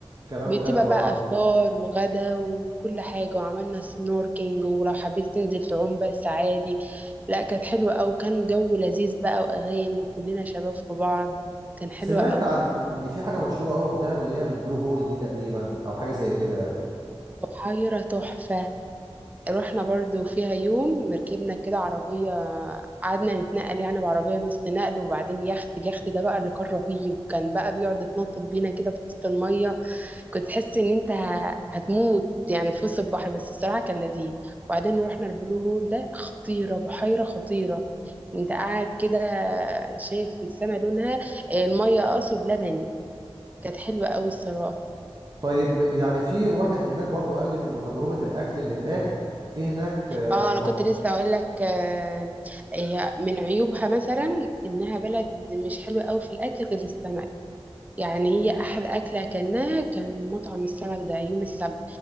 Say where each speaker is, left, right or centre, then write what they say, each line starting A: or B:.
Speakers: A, on the right; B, on the right.
A: كلام
B: بتبقى
A: حلو
B: بقى
A: قوي
B: فطار وغدا وكل حاجه وعملنا سنوركينج ولو حبيت تنزل تعوم بس عادي لا كانت حلوه أوي كان جو لذيذ بقى واغاني وكلنا شباب في بعض كان حلوه
A: سمعت
B: أوي
A: عن ان في حاجه مشهوره قوي في دهب اللي هي البلو هول دي تقريبا او حاجه زي كده يعني
B: بحيره تحفه رحنا برضو فيها يوم ركبنا كده عربية قعدنا نتنقل يعني بعربية نص نقل وبعدين يخت اليخت ده بقى اللي كان رهيب كان بقى بيقعد يتنطط بينا كده في وسط المية كنت تحس ان انت ه- هتموت يعني في وسط البحر بس الصراحة كان لذيذ وبعدين رحنا البلو هول ده خطيرة بحيرة خطيرة انت قاعد كده شايف السما لونها المية اقصد لبني كانت حلوة قوي الصراحة
A: طيب يعني في واحد هناك برضو قال لي من تجربه الاكل اللي هناك في هناك آه،
B: اه انا
A: مط...
B: كنت لسه اقول لك آه، هي من عيوبها مثلا انها بلد مش حلوه قوي في الاكل غير السمك يعني هي احلى اكله اكلناها كان مطعم السمك ده يوم السبت